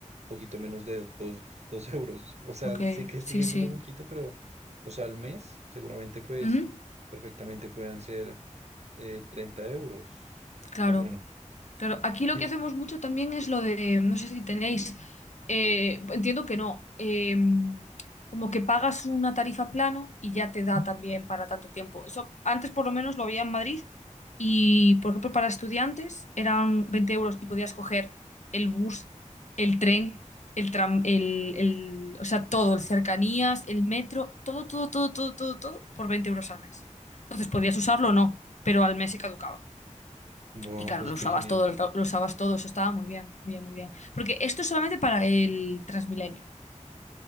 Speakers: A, on the right; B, on the left.
A: poquito menos de dos, dos <laughs> euros. O sea,
B: Ok,
A: sé que
B: sí,
A: sigue
B: sí.
A: siendo poquito, pero, o sea, al mes seguramente pues
B: Ujú.
A: perfectamente puedan ser eh, 30 euros,
B: Claro,
A: más o menos.
B: claro. Aquí lo
A: Sí.
B: que hacemos mucho también es lo de, no sé si tenéis, eh, entiendo que no, eh, como que pagas una tarifa plano y ya te da también para tanto tiempo. Eso antes por lo menos lo había en Madrid y, por ejemplo, para estudiantes eran 20 euros y podías coger el bus, el tren, el tram, el, el- o sea, todo, el cercanías, el metro, todo, todo, todo, todo, todo, todo por 20 euros al mes. Entonces podías usarlo o no, pero al mes se caducaba.
A: Buah,
B: Y claro,
A: pues
B: lo
A: qué
B: usabas
A: genial.
B: todo, el ra- lo usabas todo, eso estaba muy bien, muy bien, muy bien. Porque esto es solamente para el Transmilenio, ¿no?